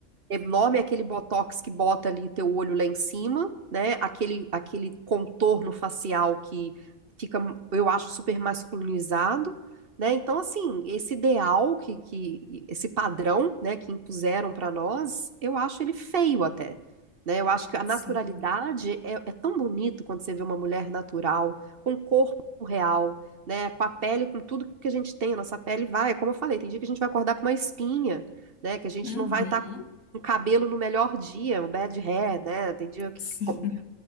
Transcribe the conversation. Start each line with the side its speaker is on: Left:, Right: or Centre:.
Right: Enorme é aquele botox que bota ali teu olho lá em cima, né? Aquele, aquele contorno facial que fica, eu acho, super masculinizado, né? Então, assim, esse ideal que, que esse padrão, né, que impuseram para nós, eu acho ele feio até, né? Eu acho que a naturalidade
Left: <laughs> Sim.
Right: é, é tão bonito quando você vê uma mulher natural, com corpo real, né? Com a pele, com tudo que a gente tem, a nossa pele vai, como eu falei, tem dia que a gente vai acordar com uma espinha né, Que a gente
Left: Uhum.
Right: não vai estar o cabelo no melhor dia, o bad hair, né? Tem dia que
Left: Sim,
Right: co-